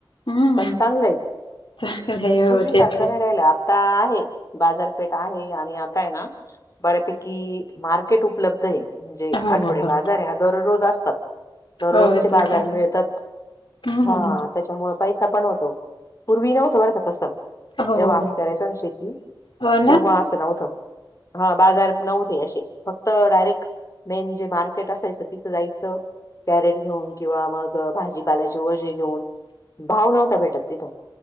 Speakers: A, on the left; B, on the left.
A: हम्म
B: पण चांगलंय
A: चांगलं आहे हो
B: पूर्वी सारखं
A: ते तर
B: नाही राहिलं आ ता आहे बाजारपेठ आहे आणि आता आहे ना बऱ्यापैकी मार्केट उपलब्ध आहे म्हणजे
A: आहे हो
B: आठवडे
A: हो हो
B: बाजार आहे ना दररोज असतात. दररोजचे
A: हो
B: बाजार
A: ते तर आहे
B: मिळतात
A: हम्म
B: हां. त्याच्यामुळे पैसा पण होतो पूर्वी नव्हत बरं का तसं.
A: हो
B: जेव्हा आम्ही करायचो ना शेती
A: हो ना
B: तेव्हा अस न्हवतं हा बाजार न्हवते असे फक्त डायरेक्ट मेन जे मार्केट असायच तिथं जायचं कॅरेट घेऊन किंवा मग भाजीपालाय चे ओझे घेऊन भाव नव्हता भेटत तिथं.